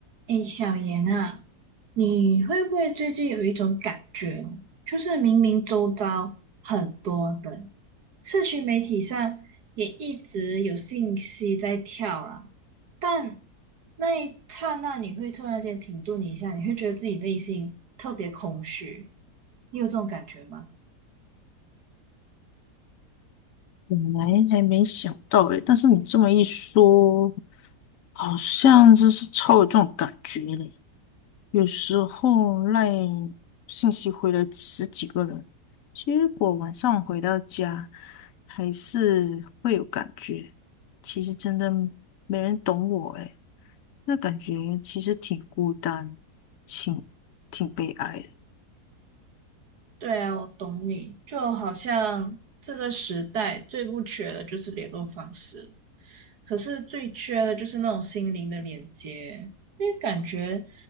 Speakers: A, on the right; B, on the left.
A: 哎，小严啊，你会不会最近有一种感觉哦就是明明周遭很多人，社群媒体上也一直有信息在跳啦，但那一刹那你会突然间停顿一下，你会觉得自己内心特别空虚，你有这种感觉吗？
B: 本来还没想到诶，但是你这么一说，好像真是超有这种感觉嘞。有时候赖信息回了十几个人，结果晚上回到家还是会有感觉。其实真的没人懂我诶，那感觉其实挺孤单，挺挺悲哀的。
A: 对啊，我懂你，就好像这个时代最不缺的就是联络方式。可是最缺的就是那种心灵的连接，因为感觉